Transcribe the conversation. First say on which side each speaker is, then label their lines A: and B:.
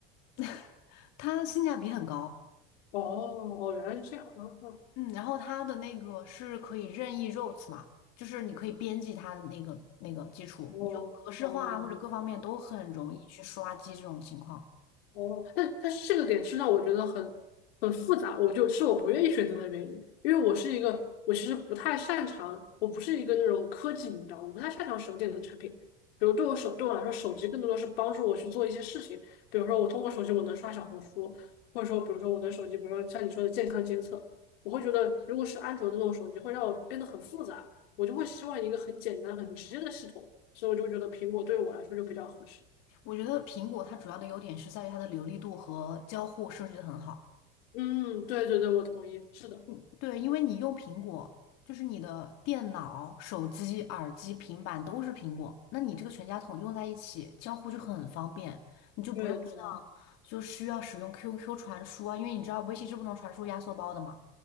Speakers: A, on the left; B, on the left.
A: <laughs> 它性价比很高，
B: 哦哦，原来是这样啊！
A: 嗯，然后它的那个是可以任意 r o u t 嘛，就是你可以编辑它的那个那个基础，
B: 哦哦。
A: 你就格式化或者各方面都很容易去刷机这种情况。
B: 哦，但但是这个点是让我觉得很很复杂，我就是我不愿意选择的原因，因为我是一个我其实不太擅长，我不是一个那种科技迷，标，我不太擅长手电的产品。比如对我手对我来说，手机更多的是帮助我去做一些事情，比如说我通过手机我能刷小红书，或者说比如说我的手机，比如说像你说的健康监测，我会觉得如果是安卓的那种手机，会让我变得很复杂，我就会希望一个很简单很直接的系统，所以我就觉得苹果对我来说就比较合适。
A: 我觉得苹果它主要的优点是在于它的流利度和交互设计的很好。
B: 嗯，对对对，我同意，是的。
A: 嗯，对，因为你用苹果，就是你的电脑、手机、耳机、平板都是苹果，那你这个全家桶用在一起，交互就很方便，你就不用像就需要使用
B: 对对
A: QQ 传输啊，因为你知道微信是不能传输压缩包的嘛。